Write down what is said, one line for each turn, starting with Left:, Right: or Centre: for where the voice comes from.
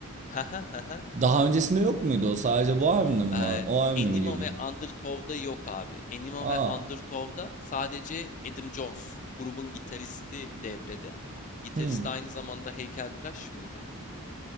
Left: <laughs>
Right: Daha öncesinde yok muydu o? Sadece bu albümde mi
Left: Ee,
Right: var? O albümde
Left: Enima
Right: mi geliyor?
Left: ve Undertow'da yok abi. Enima
Right: Aa,
Left: ve Undertow'da sadece Adam Jones, grubun gitaristi devrede. Gitarist
Right: hmm.
Left: aynı zamanda heykeltıraş mıydı?